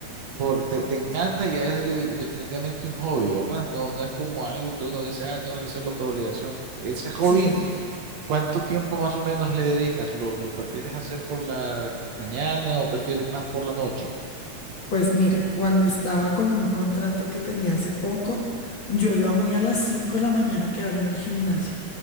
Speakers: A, on the right; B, on the left.
A: por te, te encanta, ya es de- definitivamente un hobby, ¿verdad? No, no es como algo que uno dice, ah, tengo que hacerlo por obligación. Ese hobby,
B: Sí,
A: ¿cuánto tiempo más o menos le dedicas? ¿Lo, lo prefieres hacer por la mañana o prefieres más por la noche?
B: Pues mira, cuando estaba con un contrato que tenía hace poco, yo iba muy a las 5 de la mañana a quedar en el gimnasio,